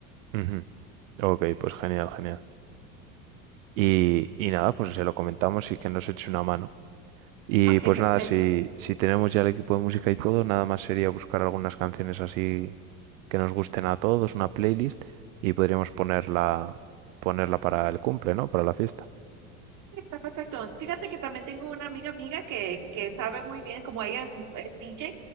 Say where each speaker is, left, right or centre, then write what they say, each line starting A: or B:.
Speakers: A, on the right; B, on the right.
A: Ujú. Ok, pues genial, genial. Y, y nada, pues se lo comentamos y que nos eche una mano. Y
B: Ok,
A: pues
B: perfecto.
A: nada, si, si tenemos ya el equipo de música y todo, nada más sería buscar algunas canciones así que nos gusten a todos, una playlist, y podríamos ponerla, ponerla para el cumple, ¿no? Para la fiesta.
B: Está perfecto. Fíjate que también tengo una amiga amiga que, que sabe muy bien, como ella es, es DJ,